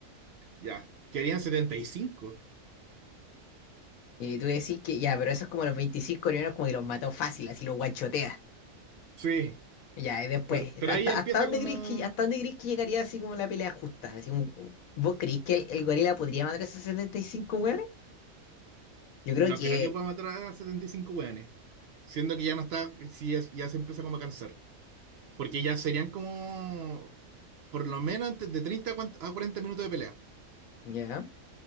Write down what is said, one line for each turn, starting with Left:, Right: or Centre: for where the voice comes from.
Right: ya, que harían setenta y cinco
Left: Y tú decís que ya, pero esos como los 25 coreanos como que los mató fácil, así los guanchotea.
Right: sí,
Left: Ya, y después,
Right: pero, pero
Left: ¿hasta,
Right: ahí ya empieza
Left: hasta dónde
Right: como,
Left: crees que, hasta dónde crees que llegaría así como la pelea justa? Así como, ¿vos creís que el, el gorila podría matar a esos 75 weones? Yo creo
Right: no
Left: que,
Right: creo que pueda matar a 75 hueones, siendo que ya no está, sí, es- ya se empieza como a cansar, porque ya serían como, por lo menos entre- de 30 a 40 minutos de pelea.
Left: ya,